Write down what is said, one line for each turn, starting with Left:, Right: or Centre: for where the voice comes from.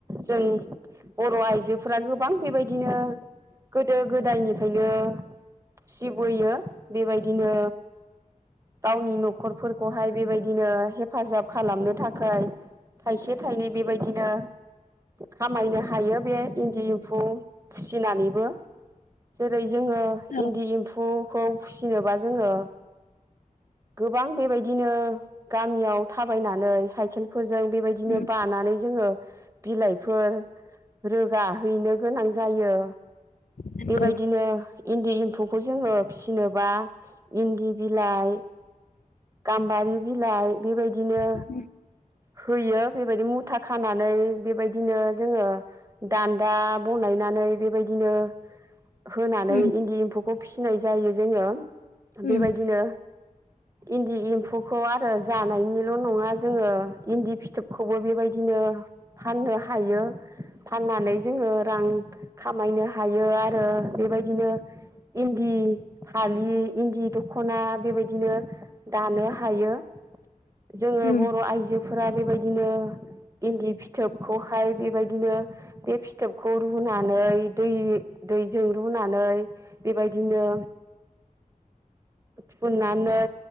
Right: जों बर' आइजो फ्रा गोबां बेबायदिनो गोदो गोदायनिफायनो फिसिबोयो बेबायदिनो गावनि न 'ख खरफोरखौहाय बेबायदिनो हेफाजाब खालामनो थाखाय थाइसे थाइनै बेबायदिनो खामायनो हायो। बे इन्दि एम्फु फिसिनानैबो जेरै जोङो
Left: औ
Right: इन्दि एम्फुखौ फिनोबा जोङो गोबां बेबायदिनो गामियाव थाबायनानै साइकेल फोरजों बेबायदिनो
Left: उम
Right: बानानै जोङो बिलाइफोर रोगाहैनो गोनां जायो।
Left: नंगौ
Right: बेबायदिनो इन्दि म्फुखौ जोङो फिसिनोबा इन्दि बिलाइ गाम्बारि बिलाइ बेबायदिनो
Left: उम
Right: होयो बेबायदि मुथा खानानै बेबायदिनो जोङो दान्दा बनायनानै बेबायदिनो होनानै
Left: उम
Right: इन्दि एम्फौखौ फिसिनाय जायो जोङो
Left: उम
Right: बेबायदिनो इन्दि एम्फुखौ आरो जानायनिल' नङा जोङो इन्दि फिथोबखौबो बेबायदिनो फाननो हायो। फाननानै जोङो रां खामायनो हायो आरो बेबायदिनो इन्दि फालि इन्दि दख'ना बेबायदिनो दानो हायो। जोङो
Left: उम
Right: बर' आइजोफोरा बेबाय दिनो इन्दि फिथोबखौहाय बेबायदिनो बे फिथोबखौ रुनानै दै-दैजों रुनानै बेबायदिनो थुननानै